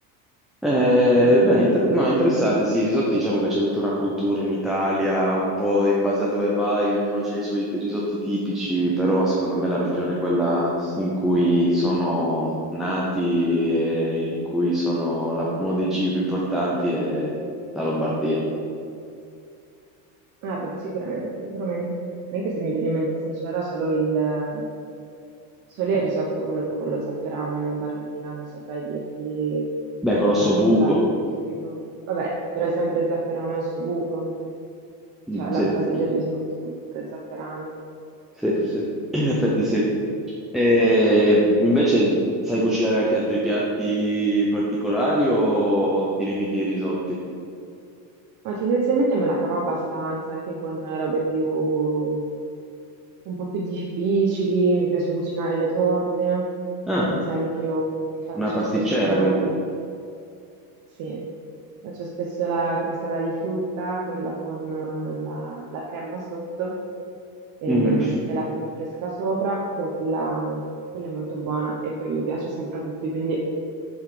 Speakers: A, in the centre; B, on the right.
A: Eh,
B: Mm.
A: beh, inter- no, interessante, sì, il risotto diciamo che c'è tutta una cultura in Italia, un po' in base a dove vai, ognuno ha i suoi risotti tipici, però secondo me la regione è quella in cui sono nati e in cui sono la- uno dei cibi più importanti è la Lombardia.
B: Ah, beh, sicuramente, sicuramente. Anche se mi viene in mente sincera, solo il, solo il risotto quello con lo zafferano in Lombardia, non saprei dirti
A: Beh, Colosso
B: eh, che
A: Buco,
B: cos'altro è tipico. Vabbè, però è sempre zafferano e ossobuco,
A: Mm,
B: cioè
A: sì.
B: la base
A: sì.
B: del risotto è sempre zafferano.
A: Sì, sì, in effetti
B: Mm.
A: sì. E invece sai cucinare anche altri piatti particolari o ti limiti ai risotti?
B: Ma tendenzialmente me la cavo abbastanza, anche con robe più, un po' più difficili, mi piace cucinare le torte,
A: Ah,
B: ad esempio mi faccio
A: una pasticcera,
B: spesso
A: quindi.
B: la Sì, faccio spesso la crostata di frutta, quella con eh, la, la crema sotto e,
A: Mhm.
B: mm, e la frutta fresca sopra, quella, quella è molto buona e poi piace sempre a tutti, quindi